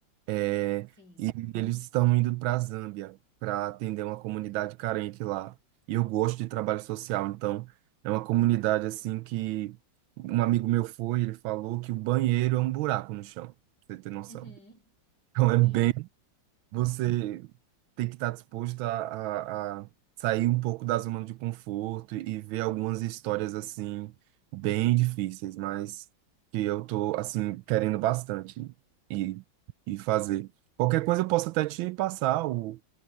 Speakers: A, on the right; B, on the left.
A: É,
B: Sim.
A: e eles estão indo para a Zâmbia para atender uma comunidade carente lá. E eu gosto de trabalho social, então é uma comunidade assim que um amigo meu foi, ele falou que o banheiro é um buraco no chão, pra você ter noção.
B: Uhum.
A: Então
B: Sim.
A: é bem você tem que estar disposto a, a, a sair um pouco da zona de conforto e ver algumas histórias assim bem difíceis, mas que eu tô assim querendo bastante e e fazer. Qualquer coisa eu posso até te passar o